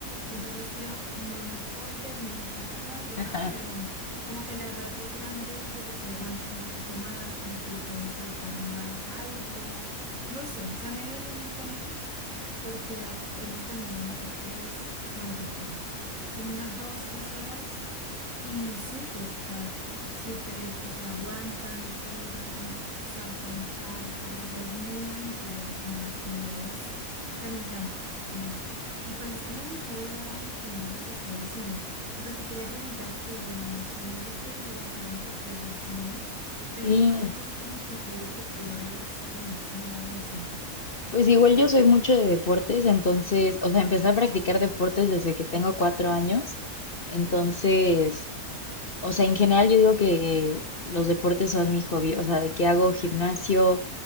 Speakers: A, on the right; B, on the left.
A: Entonces creo, no, no es por desmeritar o algo,
B: <laughs>
A: ¿no? Pero como que las razas grandes de por sí aguantan un poquito más, como que pueden saltar más alto, no sé, o sea, me ha ido muy bien con ellos porque ah, hemos caminado, no sé, tres, no mentiras tampoco, como unas dos, tres horas y súper, o sea, súper, se aguantan, corren, saltan charcos, o sea, es muy aventurero, como la actividad es, o sea, me encanta. Y, y pues es como mi hobby ahora último, es lo que estoy haciendo. Y pues te quería preguntar tú, bueno, no sé, me dices que lo de las cerámicas, pues recién, pero
B: Sí.
A: ¿cuál es así como tu hobby que tú hagas demasiado, demasiado?
B: Pues igual yo soy mucho de deportes, entonces, o sea, empecé a practicar deportes desde que tengo cuatro años. Entonces, o sea, en general yo digo que los deportes son mi hobby, o sea, de que hago gimnasio.